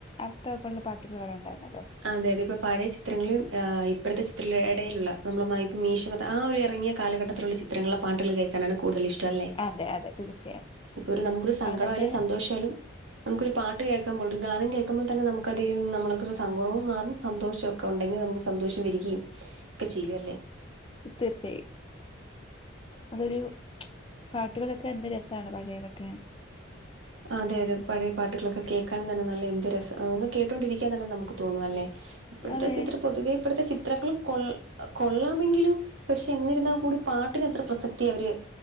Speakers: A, on the left; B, on the right.
A: അർത്ഥവൊക്കെ ഉള്ള പാട്ടുകളിവിടെ ഉണ്ടായിരുന്നല്ലോ
B: അതെ അതെ ഇപ്പ പഴയ ചിത്രങ്ങളും ഇപ്പോഴത്തെ ചിത്ര ഇടയിലുള്ള നമ്മള് ഇപ്പ മീശ ആ ഒരു ഇറങ്ങിയ കാലഘട്ടത്തിലുള്ള ചിത്രങ്ങളിലെ പാട്ടുകൾ കേൾക്കാനാണ് കൂടുതലിഷ്ടം. ല്ലേ
A: അതെ അതെ തീർച്ചയായും
B: ഇപ്പൊ ഒരു നമുക്കൊരു സങ്കടമായാലും
A: അതൊക്കെ
B: സന്തോഷമായാലും നമുക്കൊരു പാട്ട് കേക്കുമ്പോൾ ഒരു ഗാനം കേൾക്കുമ്പം തന്നെ നമുക്ക് അതീന്ന് നമ്മളക്കൊരു സങ്കടവും മാറും സന്തോഷൊക്കെ ഉണ്ടെങ്കിൽ നമുക്ക് സന്തോഷം വരികയും ഒക്കെ ചെയ്യും അല്ലേ.
A: തീർച്ചയായും അതൊരു പാട്ടുകളൊക്കെ എന്ത് രസാണ് പഴയതൊക്കെ.
B: അതെ അതെ പഴയ പാട്ടുകളൊക്കെ കേൾക്കാനും തന്നെ നല്ല എന്ത് രസം ഒന്ന് കേട്ടൊണ്ടിരിക്കാൻ തന്നെ നമുക്ക് തോന്നും അല്ലേ. ഇപ്പഴ്ത്തെ
A: അതെ
B: ചിത്ര പൊതുവേ ഇപ്പഴ്ത്തെ ചിത്രങ്ങൾ കൊ കൊള്ളാമെങ്കിലും. പക്ഷെ എന്നിരുന്നാൽ കൂടി പാട്ടിനെത്ര പ്രസക്തി അവര്